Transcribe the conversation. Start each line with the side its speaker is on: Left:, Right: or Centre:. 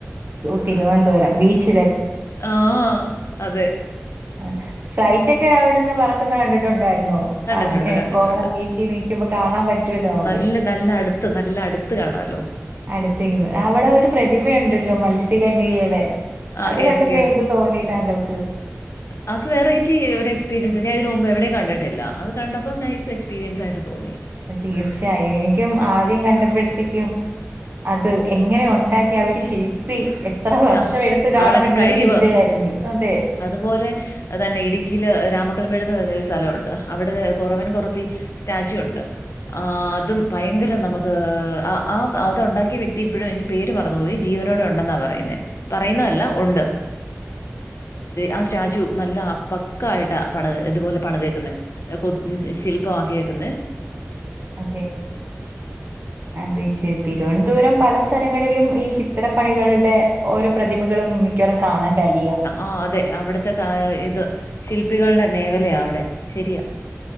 Right: ഓ തിരുവനന്തപുരം ബീച്ച്
Left: ആഹ് അതെ
Right: ആഹ് ഫ്ലൈറ്റ് ഒക്കെ അവിടെന്ന് പറക്കുന്നത് കണ്ടിട്ടുണ്ടായിരുന്നോ
Left: കണ്ടിട്ടുണ്ട്
Right: അവ്ടെ
Left: കണ്ടിട്ടുണ്ട്
Right: കോവളം ബീച്ചി നിക്കുമ്പോ കാണാൻ പറ്റുവല്ലോ നമുക്ക്
Left: നല്ല നല്ല അടുത്ത് നല്ല അടുത്ത് കാണാലോ.
Right: അടുത്തുനിന്ന് അവിടെ ഒരു പ്രതിമയുണ്ടല്ലോ മത്സ്യകന്യകയുടെ
Left: ആ
Right: അത്
Left: യെസ്
Right: കണ്ടപ്പോ
Left: യെസ്.
Right: എന്ത് തോന്നി താങ്കൾക്ക്
Left: അത് വെറൈറ്റി ഒരു എക്സ്പീരിയൻസ് ഞാൻ ഇതിനു മുമ്പ് എവിടെയും കണ്ടിട്ടില്ല അത് കണ്ടപ്പോ നൈസ് എക്സ്പീരിയൻസായിട്ട് തോന്നി
Right: തീർച്ചയായും എനിക്കും ആദ്യം കണ്ടപ്പഴത്തേക്കും അത് എങ്ങനെ ഒണ്ടാക്കി ആ ഒരു ശില്പി എത് ത്ര
Left: സ്
Right: വർഷം
Left: ആ
Right: എടുത്തു കാണും
Left: അവരുടെ
Right: എന്നൊരു
Left: കഴിവ്
Right: ചിന്തയാരുന്നു അതെ
Left: അതുപോലെ തന്നെ ഇടുക്കിയില് രാമക്കൽമേട് എന്ന് പറയുന്നൊരു സ്ഥലമുണ്ട് അവിടത്തെ കൊറവൻ കൊറത്തി സ്റ്റാച്യു ഒണ്ട് ആ അതും ഭയങ്കരം നമുക്ക് ആ അത് ഉണ്ടാക്കിയ വ്യക്തി ഇപ്പോഴും എനിക്ക് പേര് മറന്നുപോയി ജീവനോടെ ഒണ്ടെന്നാ പറയുന്നേ പറയുന്നതല്ല ഒണ്ട് ആ സ്റ്റാചു നല്ല പക്ക ആയിട്ടാ പണിത് ഇതുപോലെ പണിതേക്കുന്നേ കൊ ശില്പമാക്ക്യേക്കുന്നേ
Right: അതെ അതെ തിരുവനന്തപുരം പല സ്ഥലങ്ങളിലും ഈ ചിത്രപ്പണികളുടെ ഓരോ പ്രതിമകളും മിക്കവാറും കാണാൻ കഴിയാ
Left: ആഹ് അതെ അവിടുത്തെ കാ ഇത് ശില്പികളുടെ മേഖലയാ അവിടെ ശരിയാ